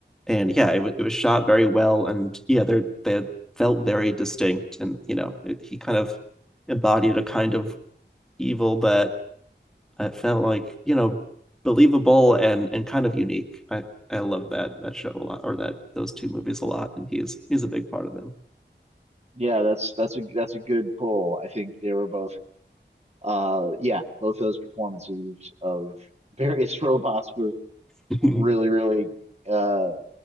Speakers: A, in the centre; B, on the right.
A: And yeah, it was it was shot very well, and yeah, they they felt very distinct, and you know, it, he kind of embodied a kind of evil that I felt like you know believable and and kind of unique. I I love that that show a lot, or that those two movies a lot, and he's he's a big part of
B: Yeah, that's that's a that's a good pull. I think they were both uh yeah, both those performances of various <laughs> robots were
A: them,
B: really, really uh